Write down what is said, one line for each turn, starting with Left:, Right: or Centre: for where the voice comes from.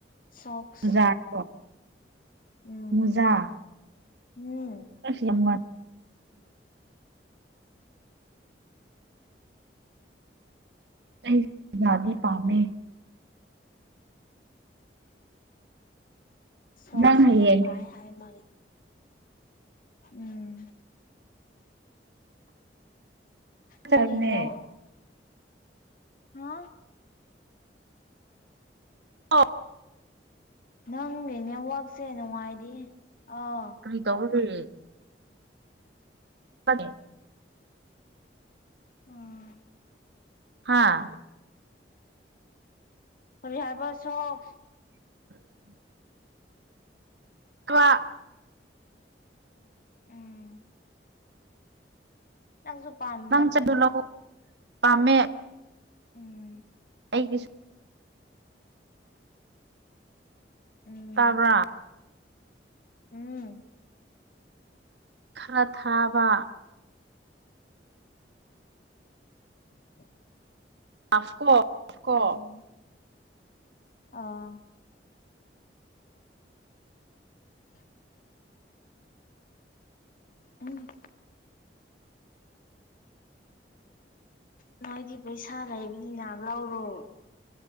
Left: ꯁꯣꯛꯁ
Right: ꯖꯥꯔꯤꯕꯔꯣ <unintelligible>
Left: ꯎꯝ
Right: ꯃꯨꯖꯥ
Left: ꯎꯝ
Right: ꯑꯁ ꯌꯥꯝ ꯉꯥꯟ ꯑꯩ ꯌꯥꯗꯤ ꯄꯥꯝꯃꯦ
Left: ꯁꯣꯛꯁꯨ
Right: ꯅꯪ ꯍꯌꯦꯡ
Left: ꯌꯥꯝ ꯐꯥꯏ ꯍꯥꯏ ꯃꯥꯒꯤꯗꯤ ꯎꯝ
Right: ꯆꯕꯅꯦ
Left: ꯅꯪꯒꯤ ꯅꯦꯠꯋ ꯍꯥ
Right: ꯑꯣ
Left: ꯅꯪꯒꯤ ꯅꯦꯠꯋꯥꯛꯁꯦ ꯅꯨꯡꯉꯥꯏꯗꯤꯌꯦ ꯑꯥ
Right: ꯀꯔꯤ ꯇꯧꯕꯒꯤ <unintelligible>
Left: ꯎꯝ,
Right: ꯍꯥꯥ
Left: ꯀꯔꯤ ꯍꯥꯏꯕ ꯁꯣꯛꯁ
Right: <inaudible> ꯀꯂ꯭ꯥ
Left: ꯎꯝ ꯅꯪꯖꯨ ꯄꯥꯝ
Right: ꯅꯪ ꯆꯗꯨ ꯂꯧ ꯄꯥꯝꯃꯦ꯫
Left: ꯎꯝ
Right: ꯑꯩꯒꯤꯁꯨ
Left: ꯎꯝ
Right: ꯇꯥꯕ꯭ꯔꯥ
Left: ꯎꯝ
Right: ꯈꯔ ꯊꯥꯕ
Left: <inaudible>
Right: <unintelligible>
Left: ꯎꯝ ꯑꯥ <inaudible> ꯎꯝ ꯅꯣꯏꯗꯤ ꯄꯩꯁꯥ ꯂꯩꯕꯅꯤꯅ ꯂꯧꯔꯣ